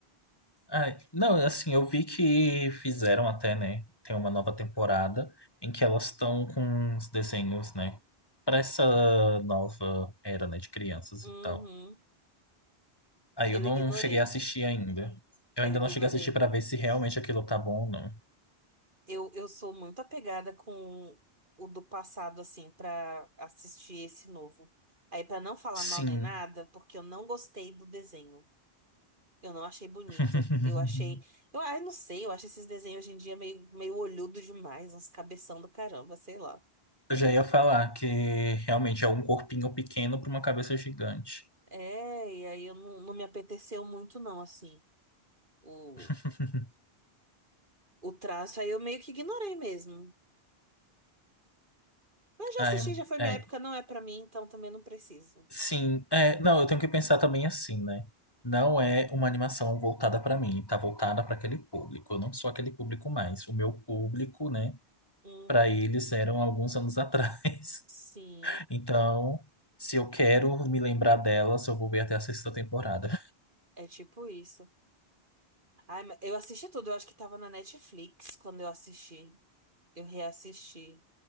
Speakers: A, on the left (about 20°); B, on the right (about 50°).
A: Ai, não, assim, eu vi que fizeram até, né? Tem uma nova temporada em que elas estão com uns desenhos, né? Pra essa nova era, né? De crianças
B: Uhum.
A: e tal. Aí
B: Eu
A: eu não
B: ignorei.
A: cheguei a assistir ainda. Eu
B: Eu
A: ainda
B: ignorei.
A: não cheguei a assistir pra ver se realmente aquilo tá bom ou não.
B: Eu, eu sou muito apegada com o do passado, assim, pra assistir esse novo. Aí, pra não falar
A: Sim.
B: mal nem nada, porque eu não gostei do desenho. Eu não achei bonito.
A: <laughs>
B: Eu achei. Eu, ai, não sei, eu acho esses desenhos hoje em dia meio, meio olhudo demais, uns cabeção do caramba, sei lá.
A: Eu já ia falar que realmente é um corpinho pequeno pra uma cabeça gigante.
B: É, e aí eu não, não me apeteceu muito, não, assim, o,
A: <laughs>
B: o traço. Aí eu meio que ignorei mesmo. eu já
A: Ai,
B: assisti, já foi minha
A: é.
B: época, não é pra mim, então também não preciso.
A: Sim, é, não, eu tenho que pensar também assim, né? Não é uma animação voltada para mim, tá voltada para aquele público. Eu não sou aquele público mais. O meu público, né,
B: Uhum.
A: para eles eram alguns anos <laughs> atrás.
B: Sim,
A: Então, se eu quero me lembrar delas, eu vou ver até a sexta temporada.
B: é tipo isso. Ai, mas eu assisti tudo, eu acho que tava na Netflix quando eu assisti. Eu reassisti.